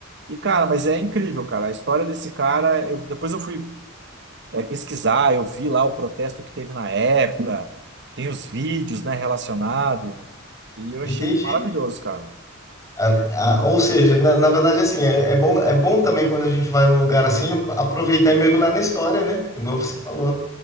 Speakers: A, on the right; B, on the left.
A: E, cara, mas é incrível, cara. A história desse cara, eu, depois eu fui, é, pesquisar, eu vi lá o protesto que teve na época, tem os vídeos, né, relacionado, e eu achei
B: entendi.
A: maravilhoso, cara.
B: A- a- ou seja, na, na verdade, assim, é, é bom, é bom também quando a gente vai num lugar assim, ap- aproveitar e mergulhar na história, né? Igual você falou.